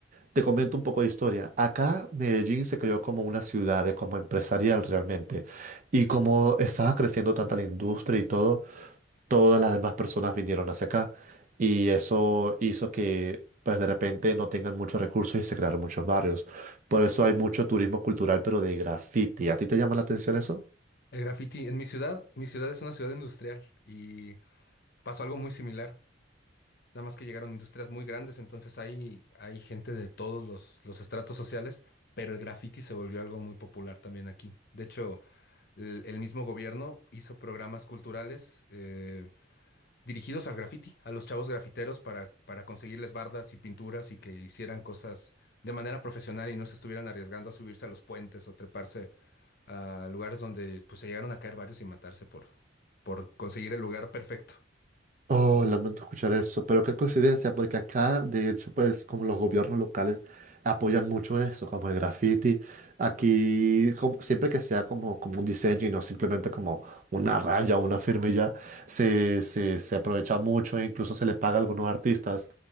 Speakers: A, on the right; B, on the left.
A: te comento un poco de historia. Acá Medellín se creó como una ciudad, eh, como empresarial realmente. Y como estaba creciendo tanta la industria y todo, todas las demás personas vinieron hacia acá. Y eso hizo que, pues de repente, no tengan muchos recursos y se crearon muchos barrios. Por eso hay mucho turismo cultural, pero de graffiti. ¿A ti te llama la atención eso?
B: El graffiti en mi ciudad, mi ciudad es una ciudad industrial y pasó algo muy similar. Nada más que llegaron industrias muy grandes, entonces hay, hay gente de todos los, los estratos sociales, pero el graffiti se volvió algo muy popular también aquí. De hecho, el, el mismo gobierno hizo programas culturales, eh, dirigidos al graffiti, a los chavos grafiteros para, para conseguirles bardas y pinturas y que hicieran cosas de manera profesional y no se estuvieran arriesgando a subirse a los puentes o treparse a lugares donde pues se llegaron a caer varios y matarse por, por conseguir el lugar perfecto.
A: Oh, lamento escuchar eso, pero qué coincidencia, porque acá, de hecho, pues como los gobiernos locales apoyan mucho eso, como el graffiti, aquí como- siempre que sea como, como un diseño y no simplemente como una raya o una firma y ya se, se, se aprovecha mucho e incluso se le paga a algunos artistas.